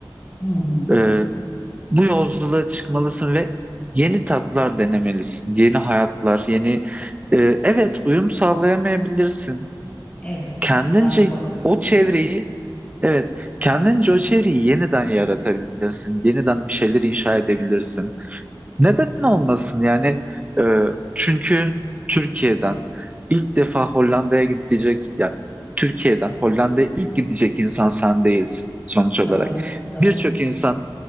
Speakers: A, on the left (about 20°); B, on the right (about 20°).
A: Hı hı.
B: e, bu yolculuğa çıkmalısın ve yeni tatlar denemelisin, yeni hayatlar, yeni... E, evet uyum sağlayamayabilirsin.
A: Evet,
B: Kendince
A: ondan korkuyorum.
B: o çevreyi
A: Evet,
B: Evet, kendince o çevreyi yeniden yaratabilirsin, yeniden bir şeyler inşa edebilirsin. Neden olmasın yani? Ee, çünkü Türkiye'den ilk defa Hollanda'ya gidecek, ya Türkiye'den Hollanda'ya ilk gidecek insan sen değilsin sonuç olarak.
A: doğru, doğru.
B: Birçok insan